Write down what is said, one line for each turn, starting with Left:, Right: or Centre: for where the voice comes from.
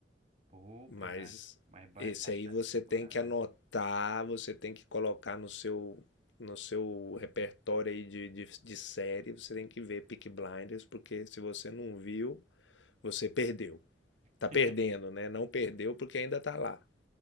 Right: Pô,
Left: Mas
Right: cara. Mas ba-
Left: esse
Right: bastante
Left: aí você
Right: temporada.
Left: tem que anotar, você tem que colocar no seu no seu repertório aí de, de, de série, você tem que ver Peaky Blinders, porque se você não viu, você perdeu.
Right: <laughs>
Left: Tá perdendo, né? Não perdeu porque ainda tá lá.